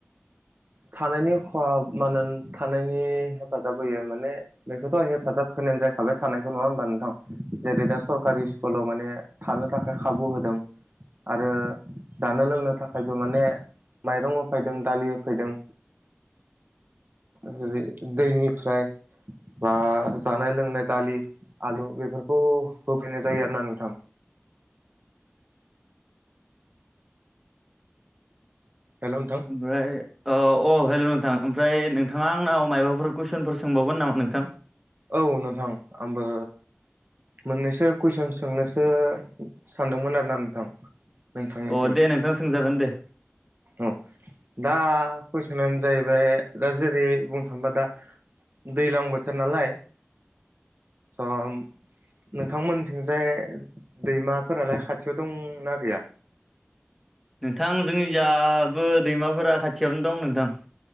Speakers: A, on the right; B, in the centre.
A: थानायनि खहा मान थानायनि हेफाजाब होयो माने बेखोथ' हेफाजाब होनायानो जायैखाबाय थानायखौ नङा होमबा नोंथां जेरै दा सरकारि स्कुलाव माने थानो थाखाय खाबु होदों आरो जानो लोंनो थाखायबो माने माइरं होफायदों दालि होफैदों। जेरै दैनिफ्राय बा जानाय लोंनाय दालि आलु बेफोरखौ होफैनाय जायो आरोना नोंथां। हेलौ नोंथां
B: ओमफ्राय औ अ हेल' नोंथां ओमफ्राय नोंथाङा आंनाव माबाफोर कुइसनफोर सोंबावगोन नामा नोंथां।
A: औ नोंथां आंबो। मोननैसो कुइसन सोंनोसो सानदोंमोन आरो ना नोंथां। नोंथांनिसिम
B: अ दे नोंथां सोंजागोन दे
A: औ दा कुइसनानो जाहैबाय दा जेरै बुंनो थांबा दा दैज्लां बोथोर नालाय ओ नोंथांमोनथिंजाय दैमाफोरालाय खाथियाव दंना गैया
B: नोंथां जोंनि जाबो दैमाफोरा खाथियावनो दं नोंथां।